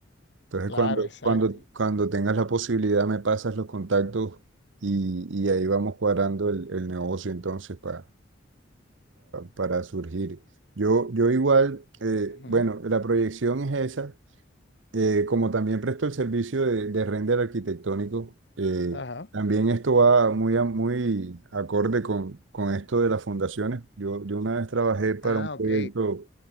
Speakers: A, on the right; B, on the left.
A: Entonces,
B: claro,
A: cuando,
B: exacto.
A: cuando, cuando tengas la posibilidad, me pasas los contactos y, y ahí vamos cuadrando el, el negocio entonces para, para surgir. Yo, yo igual, eh,
B: Ujú,
A: bueno, la proyección es esa eh, como también presto el servicio de, de render arquitectónico, eh,
B: Ajá.
A: también esto va muy, a- muy acorde con, con esto de las fundaciones. Yo, yo una vez trabajé para
B: Ah,
A: un proyecto
B: ok,